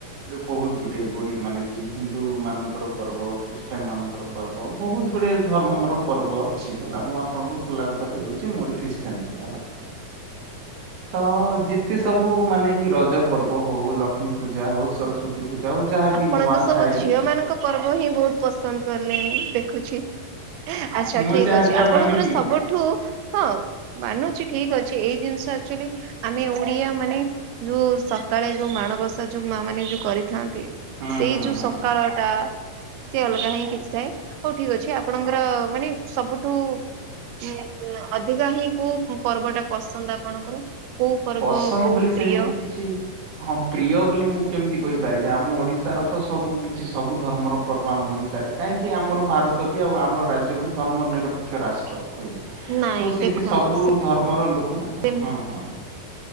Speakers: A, on the right (about 60°); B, on the right (about 85°).
A: ଏ ବୋହୁତ ଗୋଟେ ଗୋଡିଏ ମାନେ କି ହିନ୍ଦୁ ମାନଙ୍କର ପର୍ବ ଖ୍ରୀଷ୍ଟିୟାନ ମାନଙ୍କର ପର୍ବ ବୋହୁତ ଗୁଡେ ଧର୍ମ ମୋର ପର୍ବ ଅଛି ହେଲା ମୁଁ ଆପଣଙ୍କୁ ଖୋଲା କଥା କହିଦଉଛି ମୁଁ ଗୋଟେ ଖ୍ରୀଷ୍ ଷ୍ଟିୟାନ୍ ପିଲା ହେଲା ତ ଏ ସବୁ ମାନେ କି ରଜ ପର୍ବ ହଉ ଲକ୍ଷ୍ମୀ ପୂଜା ହଉ ସରସ୍ଵତ ତୀ ପୂଜା ଯହା
B: ଆପଣ
A: ବି ନୂଆ
B: ତ ସବୁ
A: ଖାଇ
B: ଝିଅ ମାନଙ୍କ ପର୍ବ ହିଁ ବୋହୁତ ପସନ୍ଦ କଲେଣି ଦେଖୁଛି। ଆଚ୍ଛା
A: ମୁଁ
B: ଠିକ
A: ଯାହା
B: ଅଛି
A: ଯାହା
B: ଆପଣଙ୍କର
A: ମାନେ କି
B: ସବୁଠୁ ହଁ। ମାନୁଚି ଠିକ ଅଛି ଏଇ ଜିନିଷ ଆକ୍ଚୁଆଲି ଆମେ ଓଡିଆ ମାନେ ଯୋଉ ସକାଳେ ଯୋଉ ମାଣବସା ଯୋଉ ମା ମାନେ ଯୋଉ କରିଥାନ୍ତି
A: ହୁଁ
B: ସେଇ
A: ହୁଁ
B: ଯୋଉ
A: ହୁଁ
B: ସକାଳ ଟା ସେ ଅଲଗା ହିଁ କିଛି ଥାଏ ହଉ ଠିକ ଅଛି ଆପଣଙ୍କର ମାନେ ସବୁଠୁ <unintelligible> ଅଧିକା ହିଁ କୋଉ ପର୍ବ ଟା ପସନ୍ଦ ଆପଣଙ୍କର କୋଉ ପର୍ବ
A: ପସନ୍ଦ
B: ବହୁତ
A: ବୋଲି ସେମିତି
B: ପ୍ରିୟ?
A: କିଛି ହଁ ପ୍ରିୟ ବୋଲି ମୁଁ କେମିତି କହିପାରିବି ଆମ ଓଡିଶାର ତ ସବୁ କିଛି ସବୁ ଧର୍ମର ପର୍ବ ଆମ ଓଡ଼ିଶାରେ କାହିଁକି ଆମର ଭାରତ ତ ବି ଆଉ ଆମ ରାଜ୍ୟ ଗୋଟେ ଧର୍ମ ନିରପେକ୍ଷ ରାଷ୍ଟ୍ର କହିଲେ।
B: ନାଇଁ
A: ତ ସେଠି
B: ଦେଖନ୍ତୁ
A: ସବୁ ଧର୍ମର ଲୋକମାନେ
B: ସେ
A: ହୁଁ ହଁ।